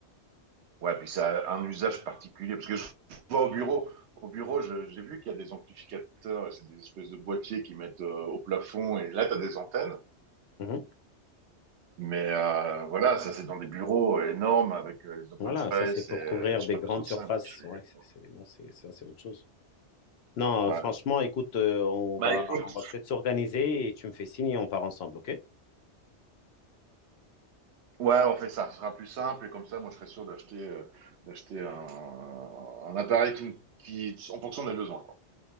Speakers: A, on the right (about 70°); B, on the left (about 65°).
A: Ouais, puis ça a un usage particulier. Parce que je vois au bureau, au bureau, je- j'ai vu qu'il y a des amplificateurs, et c'est des espèces de boîtiers qui mettent euh, au plafond, et là, tu as des antennes.
B: Mhm.
A: Mais euh, voilà, ça c'est dans des bureaux euh, énormes avec euh, les open
B: Voilà,
A: space
B: ça c'est pour
A: et euh,
B: couvrir
A: j'ai
B: des
A: pas
B: grandes
A: besoin de
B: surfaces.
A: ça, moi. Je suis... euh,
B: Ouais, c'est, c'est- bon, c'est- ça c'est autre chose. Non,
A: Ouais.
B: euh, franchement, écoute, euh, on
A: Bah
B: va,
A: écoute,
B: on va peut-être s'organiser et tu me fais signe et on part ensemble, ok?
A: ouais, on fait ça, ce sera plus simple et comme ça, moi je serai sûr d'acheter euh, d'acheter un, un appareil qui, me- qui en fonction des besoins, quoi.